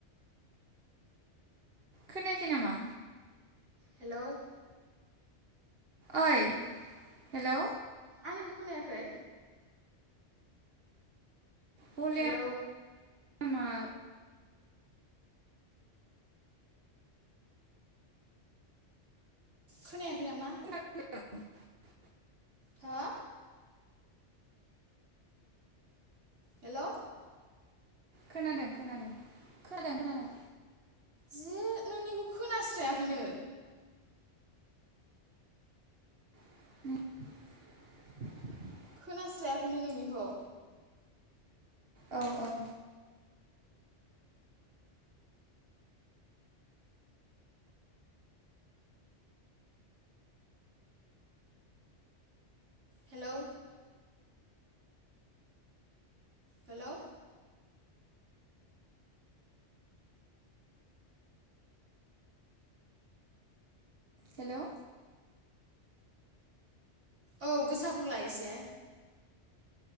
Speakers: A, on the right; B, on the right.
A: खोनायाखै नामा?
B: हेलौ।
A: ओइ हेलौ।
B: आंनिखौ खोनायाखै?
A: भलेयामआ।
B: हेलौ खोनायाखै नामा?
A: <unintelligible>
B: हो? हेलौ।
A: खोनादों खोनादों खोनादों खोनादों।
B: जि नोंनिखौ खोनास्रायाखैनो।
A: <inaudible> <inaudible>
B: खोनास्रायाखैनो नोंनिखौ।
A: औ औ।
B: हेलौ। हेलौ।
A: हेलौ।
B: औ गोसा बुंलाय एसे।